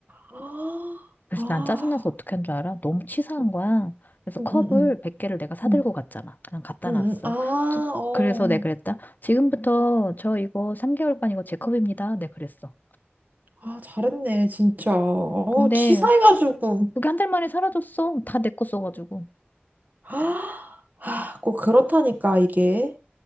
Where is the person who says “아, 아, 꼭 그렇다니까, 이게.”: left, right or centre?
Right